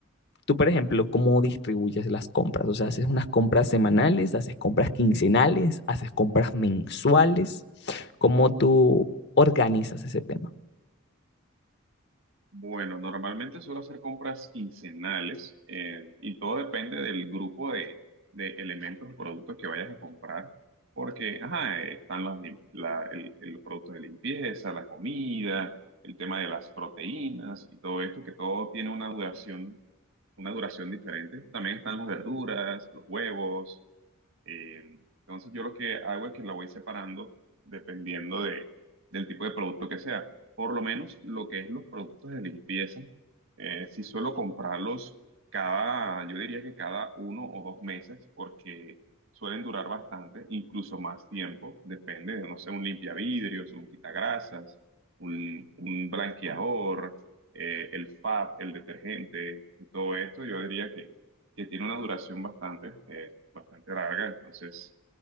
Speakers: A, on the left (about 55°); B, on the right (about 65°).
A: Tú, por ejemplo, ¿cómo distribuyes las compras? O sea, haces unas compras semanales, haces compras quincenales, haces compras mensuales. ¿Cómo tú organizas ese tema?
B: Bueno, normalmente suelo hacer compras quincenales eh, y todo depende del grupo de, de elementos o productos que vayas a comprar, porque ajá, eh, están las lim- la- el- el- los productos de limpieza, la comida, el tema de las proteínas y todo esto, que todo tiene una duración, una duración diferente. También están las verduras, los huevos. Eh, entonces yo lo que hago es que la voy separando dependiendo de, del tipo de producto que sea. Por lo menos lo que es los productos de limpieza, eh, sí suelo comprarlos cada, yo diría que cada uno o dos meses porque suelen durar bastante, incluso más tiempo, depende de, no sé, un limpiavidrios, un quitagrasas, un, un blanqueador, eh, el FAB, el detergente y todo esto, yo diría que, que tiene una duración bastante. eh, bastante larga. Entonces,